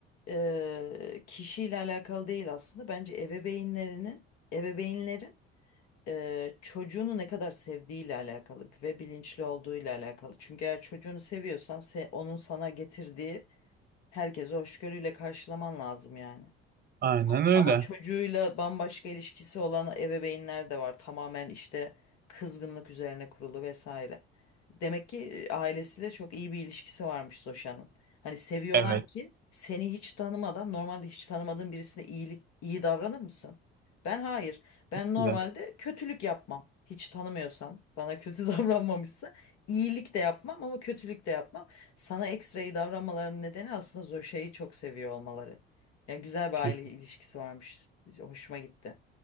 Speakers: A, on the left; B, on the right.
A: eee kişiyle alakalı değil aslında. Bence ebeveynlerinin, ebeveynlerin eee çocuğunu ne kadar sevdiğiyle alakalı ve bilinçli olduğuyla alakalı. Çünkü eğer çocuğunu seviyorsan se- onun sana getirdiği herkese hoşgörüyle karşılaman lazım yani.
B: Aynen öyle.
A: Ama çocuğuyla bambaşka ilişkisi olan ebeveynler de var. Tamamen işte kızgınlık üzerine kurulu vesaire. Demek ki e, ailesiyle çok iyi bir ilişkisi varmış Zoşan'ın. Hani seviyorlar
B: Evet.
A: ki seni hiç tanımadan normalde hiç tanımadığın birisine iyilik iyi davranır mısın? Ben hayır. Ben normalde
B: Güzel.
A: kötülük yapmam. Hiç tanımıyorsam bana kötü <laughs> davranmamışsa iyilik de yapmam ama kötülük de yapmam. Sana ekstra iyi davranmalarının nedeni aslında Zoşa'yı çok seviyor olmaları. Ya güzel bir
B: Kesin.
A: aile ilişkisi varmış. Hoşuma gitti.